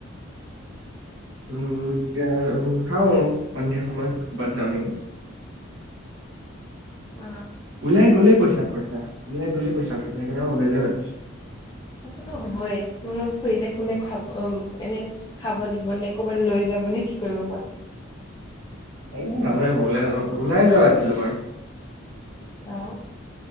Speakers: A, on the right (about 75°); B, on the left (about 20°).
A: উম খাও সন্ধিয়া সময়ত কৰবাত যাওঁ
B: অ
A: ওলাই গ'লেই পইচা গলে পইচা সেইকাৰণে ওলাই য বাৰু
B: সতো হ'বই তোমালোক ফুৰিলেতে কোনে খাব এনে খাব দিব নে ক'বাত লৈ যাব ে কি কৰিব কোৱা
A: ন মই ওলাই নায ওলাই য বাদ দিলো মই
B: আহ